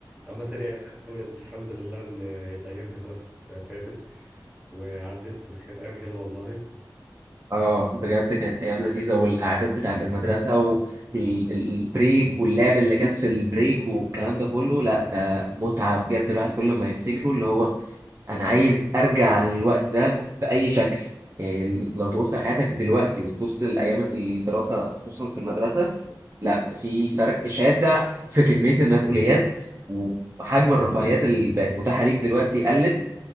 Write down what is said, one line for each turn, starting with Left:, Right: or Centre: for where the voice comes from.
Centre: اما تاني يعني الحمد لله ان الايام دي خلاص فاتت وعدت بس كانت أيام حلوة والله
Right: اه بجد كانت ايام لذيذه والقعدات بتاعه المدرسه والبريك واللعب اللي كان في البريك والكلام ده كله لا ده متعه بجد الواحد كل ما يفتكره اللي هو انا عايز ارجع للوقت ده باي شكل يعني لو تبص لحياتك دلوقتي وتبص لايام الدراسه خصوصا في المدرسه لا في فرق شاسع في كميه المسؤوليات وحجم الرفاهيات اللي بقت متاحه ليك دلوقتي قلت